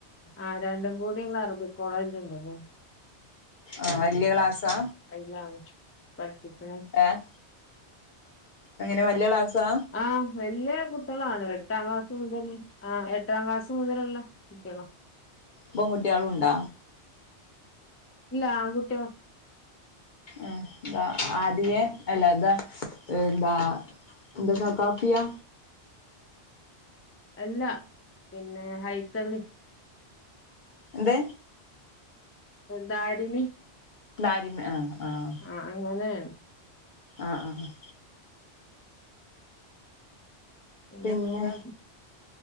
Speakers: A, on the left; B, on the left.
A: ആഹ് രണ്ടും കൂടിള്ള അറബിക് കോളേജ് ഇണ്ടല്ലോ
B: ആഹ് വല്യ ക്ലാസ്സാ
A: അയിലാണ് പഠിപ്പിക്ക്ണെ
B: ഏഹ് അങ്ങനെ വല്ല്യ ക്ലാസാ
A: ആഹ് വല്യ കുട്ടിയളാണ് എട്ടാം ക്ലാസ്സ്‌ മുതല് ആഹ് എട്ടാം ക്ലാസ് മുതലല്ലോ കുട്ടിയാള
B: ബൺകുട്ടിയളും ഉണ്ടാ
A: ഇല്ല ആൺകുട്ടിയ
B: ആഹ് എന്താ ആദിയെ അല്ലാതെ എന്താ എന്താ സക്കാപ്പിയാ
A: അല്ല പിന്നെ ഹൈത്തമി
B: എന്ത്
A: ദാരിമി
B: ലാരിമ ആഹ്‌ ആഹ്‌
A: ആ അങ്ങനെയാണ്
B: ആ ആ
A: പിന്ന
B: പിന്നെ
A: എന്താ